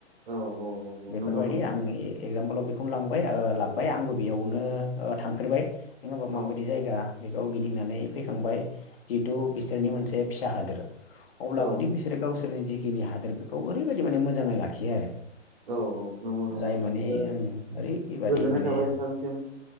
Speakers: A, on the right (about 45°); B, on the left (about 50°).
A: औ औ औ
B: बेफोरारबायदि
A: नंगौ नंगौ नंगौ
B: आंनि एगजामपोलाव बेखौनो लांबाय ओ लाबोबाय आंबो बेयावनो थांफेरबाय नङा होमबा
A: औ
B: माबायदि जायगा बेखौ गि दिंनानै फैखांबाय जिहेथु बिसोरनि मोनसे फिसा हादोर अब्लाबोदि
A: औ
B: बिसोरो गावसोरनि जिखिनि हादोर बेखौ ओरैबायादि माने मोजाङै लाखियो आरो
A: औ औ नंगौ नंगौ
B: जाय
A: नोंथां
B: माने
A: बिराद
B: ओं ओरैबादि
A: गोजोननाय
B: माने
A: थाबाय नोंथांसिम